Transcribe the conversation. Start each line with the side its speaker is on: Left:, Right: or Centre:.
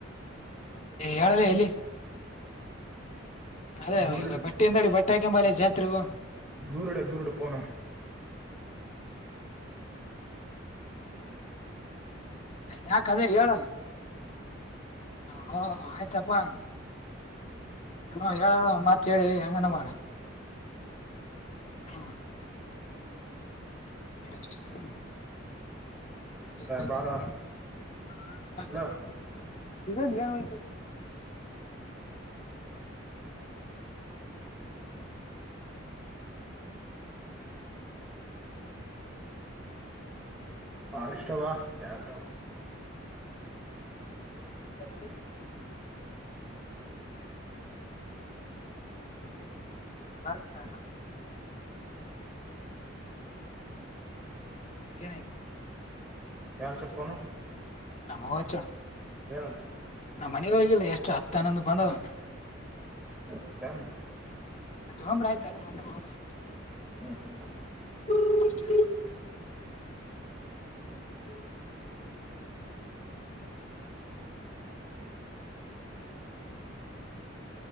Left: ಹೇಳದ ಎಲ್ಲಿ ಅದೇ
Centre: ದೂರ
Left: ಈಗ
Centre: ಇಡಿ
Left: ಬಟ್ಟೆಯಿಂದಡಿ ಬಟ್ಟೆ ಹಾಕಂಬಲೆೆ ಜಾತ್ರೆಗೂ
Centre: ದೂರಡ ದೂರಡು ಪೋನ
Left: ಯಾಕದೇ ಹೇಳ ಹ ಆಯ್ತಪ್ಪಾ ನ ಹೇಳದು ಮತ್ ಹೇಳಿ ಹೆಂಗನ ಮಾಡಿ ಹಾ ಎಡ ಎಷ್ಟಾರ ಹ <unintelligible>
Centre: ಬಾರ ಅಲೋ
Left: ಇದ ್ಯಾಾನ ವ
Centre: ಹ ಇಷ್ಟಬಾ ಯಕ
Left: ಇಲ್ಲ ಕುಡ ಬರ್ತರ ಯಾಕೇನಾಯ್ತು
Centre: ಯಾರು ಚರ್ಪನು
Left: ನಮವಾಚಾ
Centre: ಏನಂತ
Left: ನಾ ಮನೆಗೆ ಹೋಗಿಲ್ಲ ಎಷ್ಟು ಹತ್ತ ಹನ್ನೊಂದ ಬಂದಾವ
Centre: ಊಟನು
Left: ಅೆ ಹಮ್ರ ಆಯ್ತ ಅಲ್ಲ ಒಂದ ಹೋದ್ರ
Centre: ಹ್ಮ್ ಹ್ಮ್
Left: ಹ್ಮಷ್ಟ <inaudible>